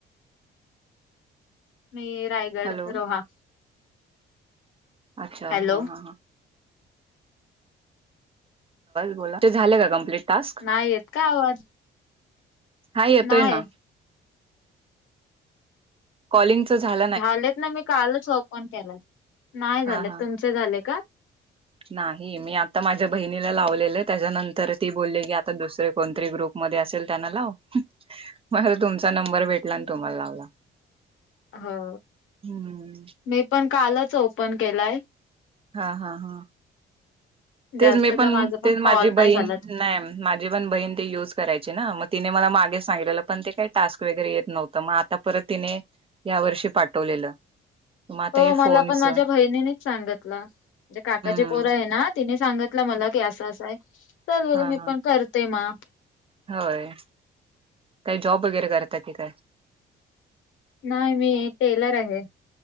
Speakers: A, on the left (about 85°); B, on the right (about 30°).
A: मी रायगड
B: हॅलो
A: रोहा.
B: अच्छा
A: हॅलो
B: हा हा हा. बोला. ते झालं का कम्प्लीट टास्क?
A: नाही येत का आवाज?
B: हा येतोय
A: नाही
B: ना. कॅलोईंग च झाल.
A: झालेत ना मी कालच ऑप ऑन केला. नाही झालंत
B: हा हा
A: तुमचे झाले का?
B: नाही. मी आता माझ्या बहिणीला लावलेलं, त्याच्यानंतर ती बोलली की आता दुसरे कोणतरी ग्रुप मध्ये असेल, त्यांना लाव. मला तुमचा नंबर भेटला आणि तुम्हाला लावला.
A: हो.
B: हम्म
A: मी पण कालच ओपन केलाय.
B: हा हा हा. तेच
A: जास्त
B: मी पण,
A: का माझा
B: तेच
A: कॉल
B: माझी
A: नाही
B: बहीण
A: झालाच
B: नाही. माझी पण बहीण ते युज करायची ना. मग तिने मला मागे सांगलेलं पण, ते काही टास्क वगैरे येत नव्हतं. तर मग आता परत तिने, या वर्षी पाठवलेलं. मग आता
A: हो
B: हे
A: मला
B: फोनच
A: पण माझ्या
B: हम्म
A: बहिणीनीच सांगितलं, म्हणजे काकाचे
B: हम्म
A: पोरं आहे ना, तिने सांगितला मला की असं असंय. चल बघ
B: हा
A: मी
B: हा
A: पण करतेय म.
B: होय. काही जॉब वगैरे करतात की काय?
A: नाही, मी टेलर आहे.